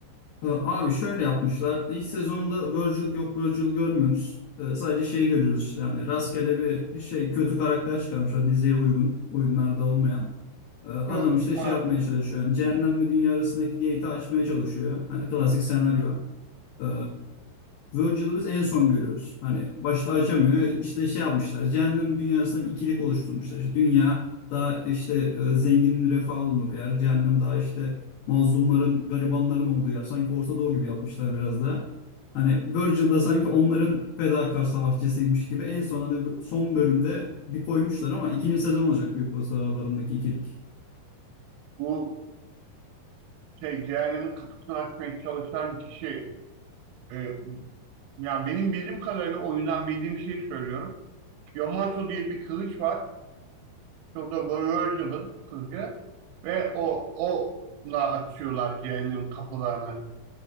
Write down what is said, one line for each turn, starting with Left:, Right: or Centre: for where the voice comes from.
Left: Ee, Abi şöyle yapmışlar. İlk sezonda Virgil yok Virgil görmüyoruz. Ee, Sadece şeyi görüyoruz işte hani rastgele bir şey kötü karakter çıkarmışlar diziye uygun. Oyunlarda olmayan. Ee, Adam
Right: Evet.
Left: işte şey
Right: Ha,
Left: yapmaya çalışıyor. Yani cehennemle dünya arasındaki gate'i açmaya çalışıyor. Hani klasik senaryo. Ee, Virgil'ı biz en son görüyoruz. Hani başta açamıyor. İşte şey yapmışlar. Cehennem dünyasında bir ikilik oluşturmuşlar. İşte dünya daha işte e, zenginin refah olduğu bir yer. Cehennem daha işte mazlumların, garibanların olduğu yer. Sanki Orta Doğu gibi yapmışlar biraz da. Hani Virgil da sanki onların fedakar savaşçısıymış gibi en son hani bu- son bölümde bir koymuşlar ama ikinci sezon olacak büyük olasılıkla aralarındaki ikilik.
Right: bu şey cehennemin kapısını açmaya çalışan kişi e, yani benim bildiğim kadarıyla oyundan bildiğim şeyi söylüyorum. Yamato diye bir kılıç var. Şurada böyle gidiyorlar kızca ve o onunla açıyorlar cehennem kapılarını